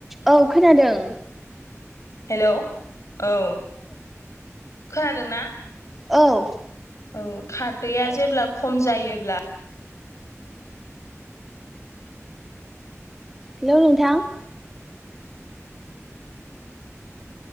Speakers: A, in the centre; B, on the left (about 70°).
A: औ खोनादों।
B: हेल' औ खोनादों ना?
A: औ।
B: औ खारदैया जेब्ला खम जायोब्ला
A: हेल' नोंथां।